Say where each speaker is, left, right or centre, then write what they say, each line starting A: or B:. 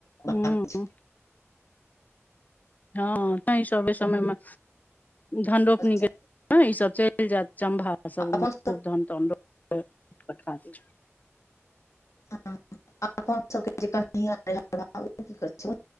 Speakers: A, on the left; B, on the left.
A: हूँ।
B: भागै
A: हँ, तैँ सभ एहि समयमे। धन रोपनी
B: छै
A: ई सभ चलि जेतै, चम्भा सभ
B: अपन
A: खूब
B: सब
A: धान। <unintelligible>
B: <unintelligible>